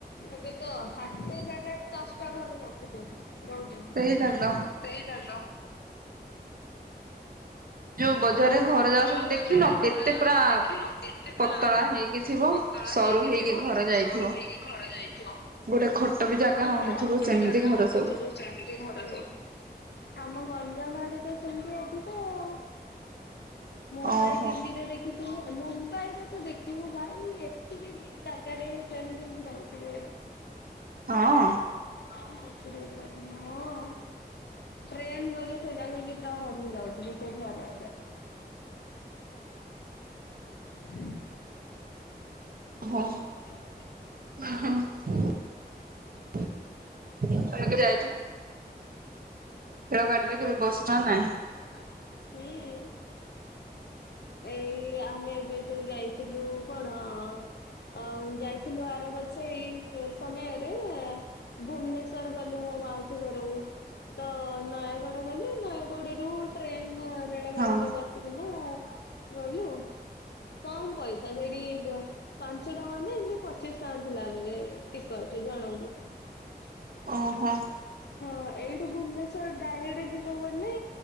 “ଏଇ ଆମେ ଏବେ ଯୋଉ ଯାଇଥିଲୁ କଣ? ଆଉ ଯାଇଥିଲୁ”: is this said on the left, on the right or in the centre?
Left